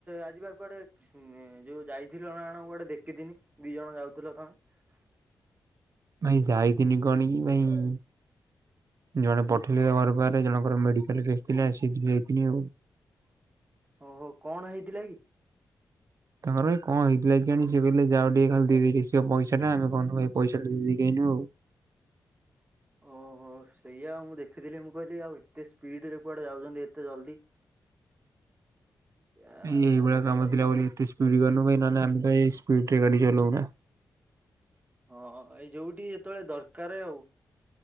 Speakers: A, on the right; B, on the right.
A: ଆଜିିବା କୁଆଡେ ଯୋଉ ଯାଇଥିଲ ନା କଣ କୁଆଡେ। ଦେଖିଥିନି ଦି ଜଣ ଯାଉଥିଲ ତମେ
B: ଭାଇ ଯାଇଥିନି କଣ କି ଭାଇ <inaudible> ଜଣେ ପଠେଇଲେ ତ ଘର ବାହରେ ଜଣଙ୍କର ମେଡିକାଲ କେସ ଥିଲା ଆସି ଯାଇଥିଲି ଆଉ
A: ଓ ହୋ କଣ ହେଇଥିଲା କି?
B: ତାଙ୍କର ଏଇ କଣ ହେଇଥିଲା କେଆଣି ସେ କହିଲେ। ଯାଅ ଟିକେ ଖାଲି ଦେଇଦେଇକି ଆସିବ ପଇସା ଟା। ଆମେ ଗନୁ ଏଇ ପଇସା ଟା ଦେଇଦେଇକି ଆଇନୁ ଆଉ <inaudible>
A: ଓହୋ ସେଇଆ ଆଉ ମୁଁ ଦେଖିଥିଲି। ମୁଁ କହିଲି ଆଉ ଏତେ ସ୍ପିଡ ରେ କୁଆଡେ ଯାଉଛନ୍ତି ଏତେ ଜଲଦି। <inaudible> ଆ
B: ଇଏ ଏଇଭଳିଆ
A: ମୁଁ କହିଲି
B: କାମ
A: ଆଉ
B: ଥିଲା ବୋଲି ଏତେ ସ୍ପିଡରେ ଗାଡି ନ ମ ଆମେ କ ସ୍ପିଡ ରେ ଗାଡି ଚଲାଉନା <inaudible>
A: ହଁ ଏଇ ଯୋଉଠି ଯେତେବେଳେ ଦରକାର ଆଉ